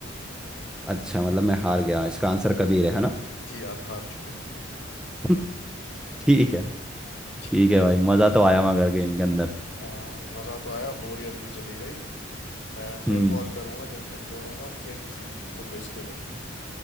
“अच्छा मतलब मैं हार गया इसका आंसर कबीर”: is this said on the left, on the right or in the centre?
Centre